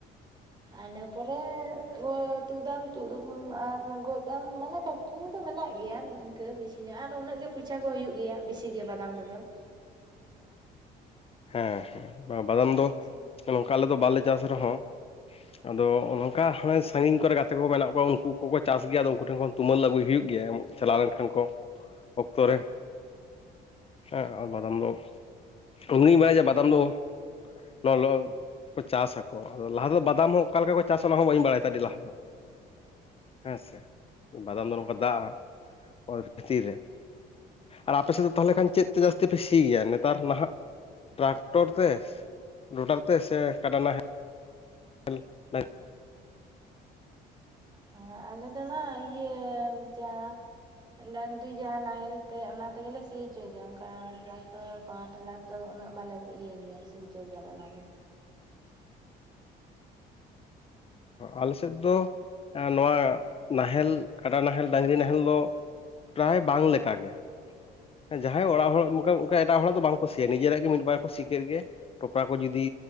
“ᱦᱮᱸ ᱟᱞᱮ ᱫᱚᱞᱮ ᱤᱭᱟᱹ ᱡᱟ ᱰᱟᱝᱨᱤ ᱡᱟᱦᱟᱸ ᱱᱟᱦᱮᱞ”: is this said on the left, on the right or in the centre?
Right